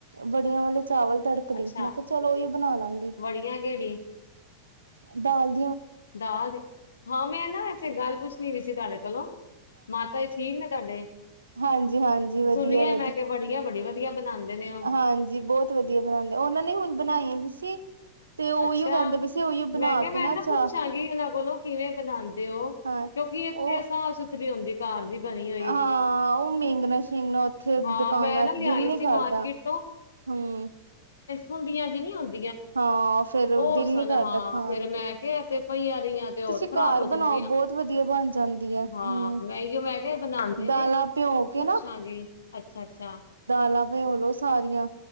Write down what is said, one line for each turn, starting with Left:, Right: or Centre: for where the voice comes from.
Right: ਬੜੀਆਂ ਵਾਲੇ- ਚਾਵਲ ਤੜਕ ਲਈ
Left: ਅੱਛਾ
Right: ਮੈਂ ਕਿਹਾ, ਚਲੋ ਉਹੀ ਬਣਾ ਲਵਾਗੀ।
Left: ਵੜੀਆਂ ਕਿਹੜੀ
Right: <inaudible> ਦਾਲ-
Left: ਦਾਲ ਹਾਂ ਮੈਂ ਨਾ ਵੈਸੇ ਗੱਲ ਪੁੱਛ -ਨੀ ਵੀ ਸੀ ਤੁਹਾਡੇ - -ਕੋਲੋ। ਮਾਤਾ ਜੀ ਠੀਕ ਨੇ ਤੁਹਾਡੇ।
Right: ਹਾਂਜੀ-ਹਾਂਜੀ। ਵਧੀਆ-ਵਧੀਆ।
Left: ਸੁਣੀਏ ਮੈਂ ਕਿਹਾ ਵੜੀਆਂ ਬੜੀ ਵਧੀਆ ਬਣਾਉਂਦੇ। ਨੇ ਉਹ
Right: ਹਾਂਜੀ ਬਹੁਤ ਵਧੀਆ ਬਣਾਉਂਦੇ ਉਹਨਾਂ ਨੇ ਹੁਣ ਬਣਾਈਆਂ। ਸੀ ਤੇ ਉਹੀਓ
Left: ਅੱਛਾ
Right: ਕਹਿੰਦੇ ਪਏ ਸੀ ਉਹੀਓ ਬਣਾ
Left: ਮੈਂ ਕਿਹਾ ਮੈਂ
Right: ਕੇ
Left: ਨਾ
Right: ਚਾ
Left: ਪੁੱਛਾਂਗੀ ਇਹਨਾਂ ਕੋਲੋਂ ਕਿਵੇਂ ਬਣਾਉਦੇ ਹੋ
Right: ਹਾਂ
Left: ਕਿਉਂਕਿ ਇੱਥੇਸਫ਼
Right: ਉਹ
Left: ਸੁਥਰੀ ਹੁੰਦੀ। ਘਰ ਦੀ ਬਣੀ ਹੋਈ
Right: ਹਾਂ ਉਹ ਮੀਂਗਣਾ ਸ਼ੇਗਣਾ ਉੱਥੇ
Left: ਹਾਂ
Right: ਦੁਕਾਨਾਂ
Left: ਮੈਂ ਨਾ
Right: ਤੇ
Left: ਲਿਆਈ
Right: ਦਿਲ ਨੀ
Left: ਸੀ
Right: ਕਰਦਾ
Left: ਮਾਰਕੀਟ
Right: ਹਮ
Left: ਹੁੰਦੀਆਂ ਜੀ ਨਹੀਂ ਹੁੰਦੀ।
Right: ਹਾਂ। ਫੇਰ
Left: ਉਹ
Right: ਦਿਲ
Left: ਸਨ
Right: ਨੀ ਕਰਦਾ
Left: ਹਾਂ
Right: ਖਾਣ
Left: ਫੇਿਰ ਮੈਂ
Right: ਤੇ
Left: ਕਿਹਾ ਤੇ ਪਹੀਆਂ ਰਆਂ ਤੇ ਹੋਰ
Right: ਤੁਸੀਂ
Left: ਖ਼ਰਾਬ
Right: ਘਰ
Left: ਹੋ
Right: ਬਣਾਓ
Left: ਜਾਣਗੀਆਂ
Right: ਬਹੁਤ ਵਧੀਆ ਬਣ ਜਾਂਦੀ ਹੈ
Left: ਹਾਂ
Right: ਹਮ
Left: ਮੈਂਓ ਮੈਂ ਕਿਹਾ ਬਣਾਉਂਦੇ
Right: ਦਾਲਾਂ
Left: ਨੇ ਤੇ
Right: ਭਿਓ ਕੇ
Left: ਪੁੱਛਾਂਗੇ ਅੱਛਾ ਅੱਛਾ।
Right: ਭਓਲੋ ਸਾਰੀਆਂ